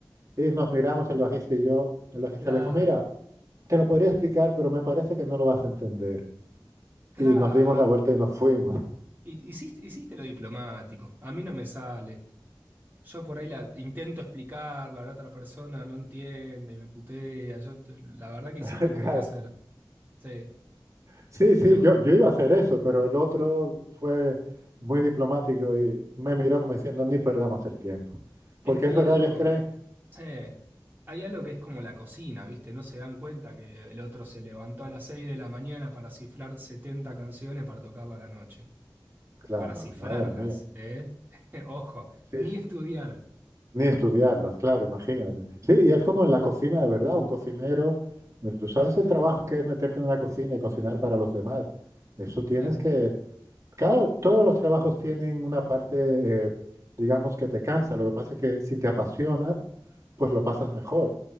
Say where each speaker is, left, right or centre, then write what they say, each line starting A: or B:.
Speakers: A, on the right; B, on the right.
A: Y nos miramos el bajista y yo. El bajista
B: Claro,
A: le dijo, mira, te lo podría explicar, pero me parece que no lo vas a entender
B: claro.
A: y nos dimos la vuelta y nos fuimos.
B: Hi- Hiciste, hiciste lo diplomático. A mí no me sale. Yo por ahí la intento explicarla, la otra persona no entiende, me putea. Yo te- la verdad que
A: <laughs>
B: hiciste lo
A: Claro.
B: que hay que hacer. Sí,
A: Sí, sí,
B: pero
A: yo, yo iba a hacer eso, pero el otro fue muy diplomático y me miró como diciendo, ni perdamos el tiempo.
B: es
A: Porque
B: que
A: es
B: hay
A: verdad,
B: algo,
A: ellos creen,
B: sí, hay algo que es como la cocina, ¿viste? No se dan cuenta que el otro se levantó a las 6 de la mañana para cifrar 70 canciones para tocarla a la noche.
A: claro,
B: Para cifrarlas,
A: madre mía,
B: ¿eh? <laughs> Ojo,
A: sí,
B: ni
A: s-
B: estudiar.
A: ni estudiarlas, claro, imagínate. Sí, y es como en la cocina de verdad, un cocinero, tú sabes el trabajo que es meterte en una cocina y cocinar para los demás. Eso tienes
B: Claro,
A: que, Cada, todos los trabajos tienen una parte, eh, digamos, que te cansa. Lo que pasa es que si te apasiona, pues lo pasas mejor.